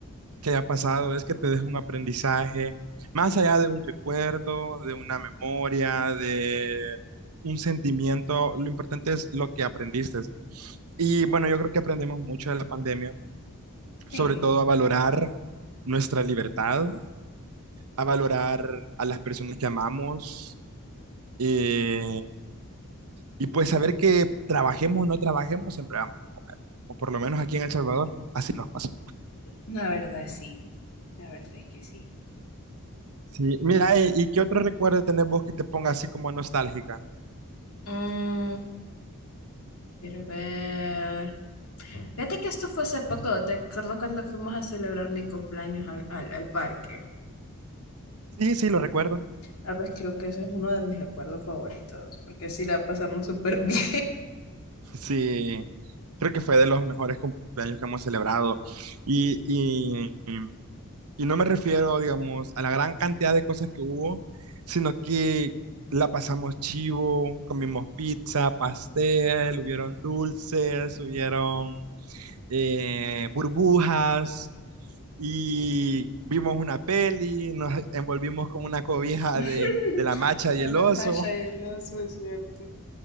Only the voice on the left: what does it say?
Sí,
la verdad sí, la verdad es que sí.
Mm. Quiero ver. Fíjate que esto fue hace poco. ¿Te acuerdas cuando fuimos a celebrar mi cumpleaños al, al- al parque?
Ah, pues creo que eso es uno de mis recuerdos favoritos, porque sí la pasamos súper bien.
<laughs>
De
la
malla y el oso, es cierto.